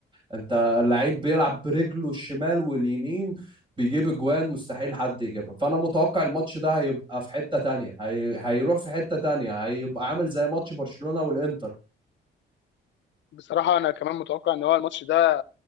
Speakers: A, on the right; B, on the left.
A: أنت اللعيب بيلعب برجله الشمال واليمين بيجيب أجوان مستحيل حد يجيبها فأنا متوقع الماتش ده هيبقى في حتة تانية هي... هيروح في حتة تانية هيبقى ععامل زي ماتش برشلونة والإنتر
B: بصراحه انا كمان متوقع ان هو الماتش ده